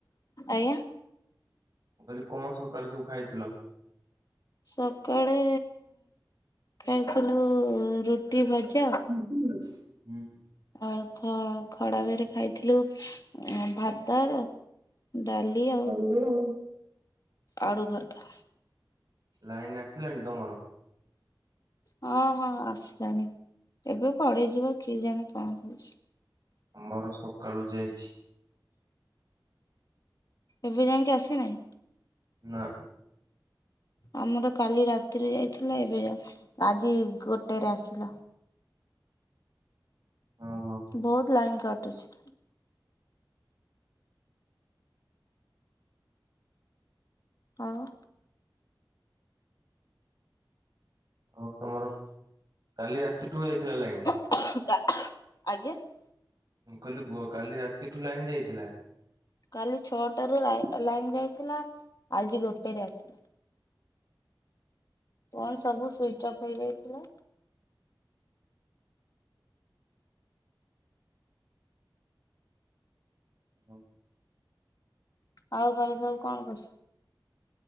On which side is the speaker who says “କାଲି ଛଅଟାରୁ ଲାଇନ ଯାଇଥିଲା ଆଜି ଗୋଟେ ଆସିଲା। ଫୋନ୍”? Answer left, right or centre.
Left